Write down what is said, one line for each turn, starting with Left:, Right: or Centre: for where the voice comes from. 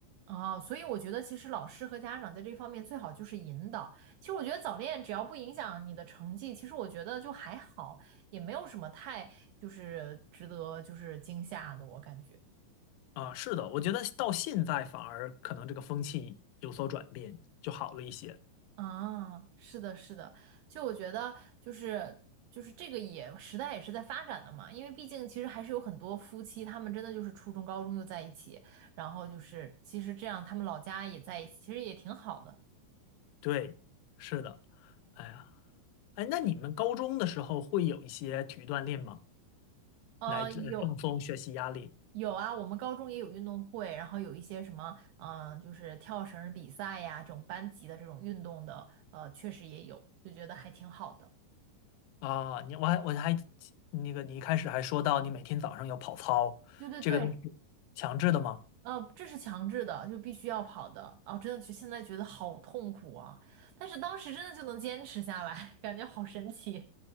Right: 啊，所以我觉得其实老师和家长在这方面最好就是引导。其实我觉得早恋只要不影响你的成绩，其实我觉得就还好，也没有什么太就是值得就是惊吓的，我感觉。
Left: <laughs> 啊。是的，我觉得到现在反而可能这个风气有所转变，就好了一些。
Right: 啊，是的，是的，就我觉得就是就是这个也时代也是在发展的嘛，因为毕竟其实还是有很多夫妻，他们真的就是初中、高中就在一起，然后就是其实这样他们老家也在一起，其实也挺好的。
Left: 对，是的，哎呀，哎，那你们高中的时候会有一些体育锻炼吗？
Right: 呃，
Left: 来这放松学习压力
Right: 有有啊，我们高中也有运动会，然后有一些什么，嗯、就是跳绳儿比赛呀，这种班级的这种运动的，呃，确实也有，就觉得还挺好的。
Left: 啊。你我还我还那个，你一开始还说到你每天早上有跑操，
Right: 对对对，
Left: 这个都是强制的吗？
Right: 呃，这是强制的，就必须要跑的。哦，真的就现在觉得好痛苦啊，但是当时真的就能坚持下来，<laughs> 感觉好神奇。